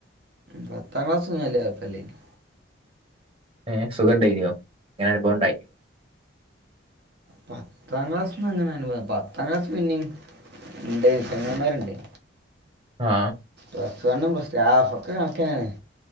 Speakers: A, on the right (about 55°); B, on the right (about 30°).
A: പത്താം ക്ലാസ്സൊന്നും വല്ല്യ കൊയപ്പല്ലെനി
B: ഏ സുഖം ണ്ടെനിയോ എനിക്കൊരെനുഭവം ണ്ടേനി
A: പത്താം ക്ലാസ്സിന്ന് ങ്ങനെ അനുഭവ പത്താം ക്ലാസ്സ്‌ പിന്നിം ഇന്റെ ചെങ്ങായി മാര് ണ്ടേനി
B: ആ
A: പ്ലസ് വണ്ണും പ്ലസ്റ്റും ഒക്കെ കണക്കാന്നെനി